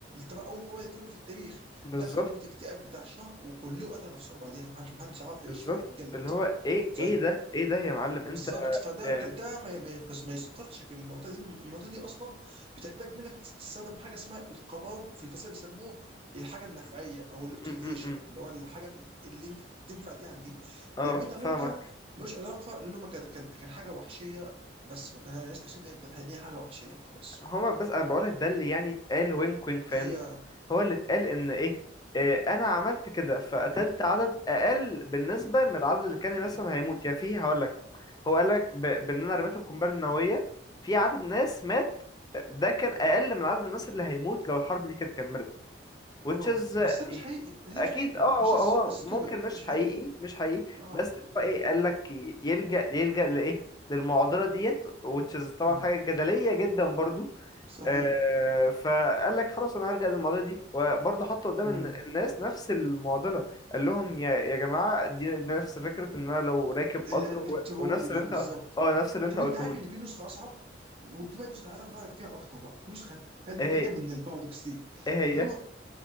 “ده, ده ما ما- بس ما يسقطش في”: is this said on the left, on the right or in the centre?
Right